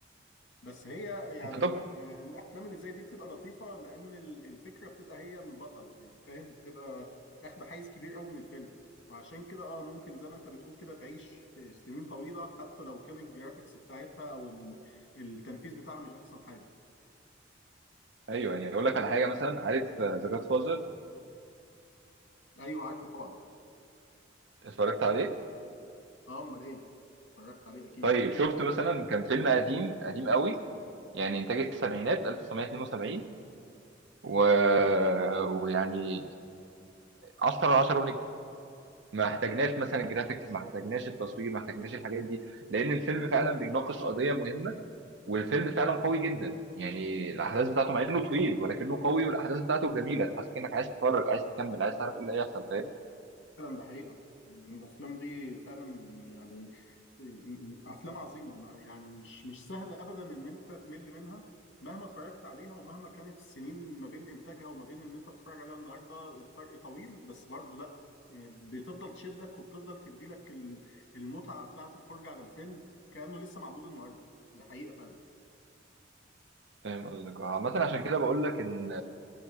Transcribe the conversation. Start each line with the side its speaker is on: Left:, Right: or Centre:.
Left: بس هي يعني
Right: انت طب
Left: آه، الافلام اللي زي دي بتبقى لطيفه لان ال- الفكره بتبقى هي البطل يعني فاهم بتبقى اخد حيز كبير قوي من الفيلم وعشان كده اه ممكن زي ما انت بتقول كده تعيش سنين طويله حتى لو كان الجرافيكس بتاعتها او ال- التنفيذ بتاعها مش احسن حاجه
Right: ايوه يعني اقول لك على حاجه مثلا عارف ذا جاد فازر
Left: ايوه عارفه طبعا
Right: اتفرجت عليه
Left: اه امال ايه اتفرجت عليه اكيد
Right: طيب شفت مثلا كان فيلم قديم قديم قوي يعني انتاج السبعينات 1972 و... ويعني 10 على 10 ونجم ما احتاجناش مثلا الجرافيكس ما احتاجناش التصوير ما احتاجناش الحاجات دي لان الفيلم فعلا بيناقش قضيه مهمه والفيلم فعلا قوي جدا يعني الاحداث بتاعته مع انه طويل ولكنه قوي والاحداث بتاعته جميله تحسسك انك عايز تتفرج عايز تكمل عايز تعرف ايه اللي هيحصل فاهم
Left: فعلا ده حقيقة الأفلام دي فعلا يعني م- م- أفلام عظيمة ما يعني مش مش سهلة أبدا إن أنت تمل منها مهما اتفرجت عليها ومهما كانت السنين ما بين إنتاجها وما بين إن أنت بتتفرج عليها النهاردة الفرق طويل بس برضه لأ يعني بتفضل تشدك وبتفضل تديلك ال- المتعة بتاعة الفرجة على الفيلم كأنه لسه معمول النهاردة ده حقيقة فعلا
Right: فاهم قصدك آه، عامه عشان كده بقول لك ان